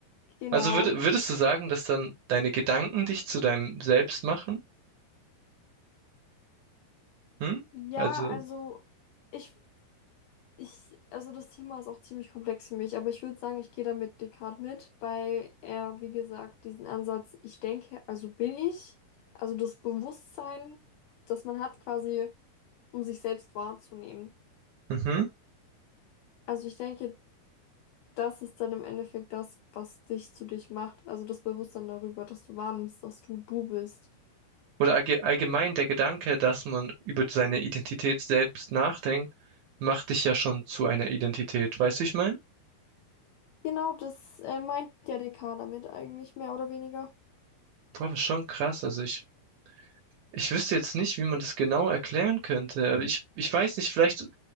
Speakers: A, on the left (about 75°); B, on the right (about 70°).
A: Genau.
B: Also würd, würdest du sagen, dass dann deine Gedanken dich zu deinem Selbst machen? Hm?
A: Ja,
B: Also,
A: also ich Ich, also das Thema ist auch ziemlich komplex für mich, aber ich würde sagen, ich gehe da mit Descartes mit, weil er, wie gesagt, diesen Ansatz, ich denke, also bin ich, also das Bewusstsein, das man hat quasi, um sich selbst wahrzunehmen.
B: mhm.
A: Also ich denke, das ist dann im Endeffekt das, was dich zu dich macht, also das Bewusstsein darüber, dass du wahrnimmst, dass du du bist.
B: Oder allge allgemein der Gedanke, dass man über seine Identität selbst nachdenkt, macht dich ja schon zu einer Identität. Weißt du, wie ich meine?
A: Genau das äh, meint ja Descartes damit eigentlich, mehr oder weniger.
B: Boah, das ist schon krass. Also ich Ich wüsste jetzt nicht, wie man das genau erklären könnte. Aber ich, ich weiß nicht, vielleicht,